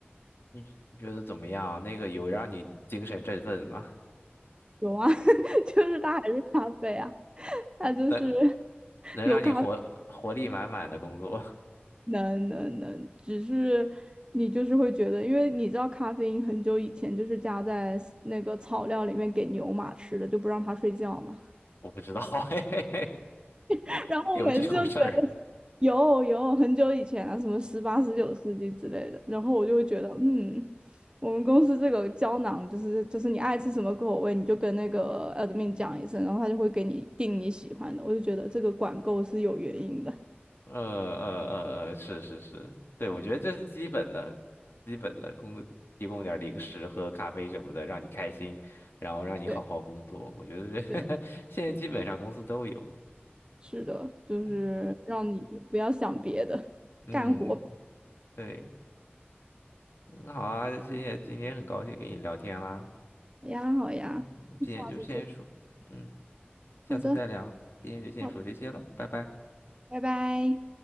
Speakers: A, on the left; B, on the right.
A: 你你觉得怎么样？那个有让你精神振奋吗？
B: 有啊，<laughs> 就是它还是咖啡啊，它就是
A: <laughs> 能能让你活活力满满的工作？
B: 有咖啡，能能能，只是你就是会觉得，因为你知道咖啡因很久以前就是加在那个草料里面给牛马吃的，就不让它睡觉嘛。
A: <laughs> 我不知道，<laughs> 嘿嘿嘿，
B: <laughs> 然后我每次就觉得
A: 有这种事儿
B: 有有很久以前啊，什么十八、十九世纪之类的，然后我就会觉得，嗯，我们公司这个胶囊就是就是你爱吃什么口味，你就跟那个 admin 讲一声，然后他就会给你订你喜欢的。我就觉得这个管够是有原因的，
A: 呃呃呃呃，是是是，对，我觉得这是基本的，基本的工提供点儿零食喝咖啡什么的，让你开心，然后让你好好工作。
B: 对
A: 我觉得这
B: 对，
A: <laughs> 现在基本上公司都有。
B: 是的，就是让你不要想别的，
A: 嗯嗯，
B: 干活吧。
A: 对，嗯，好啊，今天今天很高兴跟你聊天啦。
B: 好呀好呀，
A: 嗯，今天就先说，
B: 下次见。
A: 嗯，下次再聊，
B: 好的
A: 今天就先说这些了，
B: 好的，
A: 拜拜。
B: 拜拜。